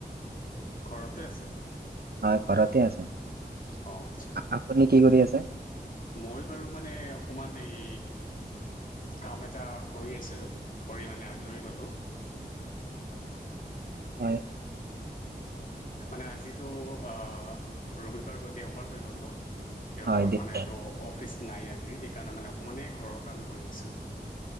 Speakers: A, on the left; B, on the right.
A: ঘৰতে আছে
B: হয়, ঘৰতে আছ
A: অ, আচ্ছা
B: আপুনি কি কৰি আছে
A: মই বাৰু মানে, অকমান এই কাম এটা কৰি আছিলো, কৰি মানে আজৰি হলো
B: হয়।
A: মানে, আজিতো অ ৰবিবাৰ হৈ দেওবাৰ হৈ গ'ল ন দেওবাৰত
B: হয় দেখুৱা
A: মানে তো অফিচ নাই আজি, সেইকাৰণে মানে অকণমানেই ঘৰৰ কাম কৰি আছিলোঁ